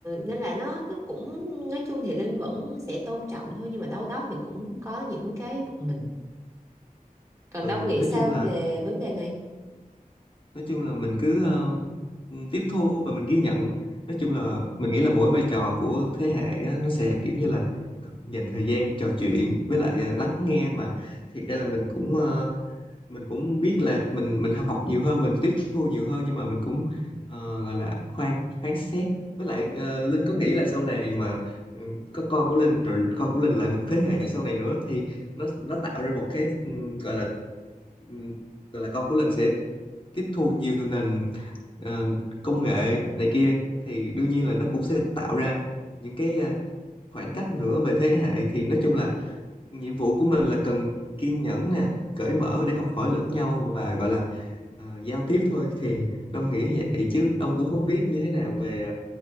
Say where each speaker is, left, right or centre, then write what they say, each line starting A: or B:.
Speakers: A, on the right (about 20°); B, on the left (about 35°).
A: nên là nó nó cũng nói chung thì Linh vẫn sẽ tôn trọng thôi nhưng mà đâu đó thì cũng có những cái bực mình còn
B: ừ
A: Đông nghĩ
B: nói
A: sao
B: chung là
A: về vấn đề này
B: nói chung là mình cứ ờ, ừ, tiếp thu và mình ghi nhận nói chung là mình nghĩ là mỗi vai trò của thế hệ á, nó sẽ kiểu như là cần dành thời gian trò chuyện với lại ờ, lắng nghe mà thiệt ra là mình cũng ờ, mình cũng biết là mình mình học nhiều hơn mình tiếp thu nhiều hơn nhưng mà mình cũng ờ, gọi là khoan phán xét với lại ờ, Linh có nghĩ là sau này mà ừ, có con của Linh rồi con của Linh lại một thế hệ sau này nữa thì nó nó tạo ra một cái ừ, gọi là ừ, gọi là con của Linh sẽ tiếp thu nhiều nền ờ, công nghệ này kia thì đương nhiên là nó cũng sẽ tạo ra những cái ờ, khoảng cách nữa về thế hệ thì nói chung là nhiệm vụ của mình là cần kiên nhẫn nè cởi mở để học hỏi lẫn nhau và gọi là ờ, giao tiếp thôi thì Đông nghĩ vậy chứ Đông cũng không biết như thế nào về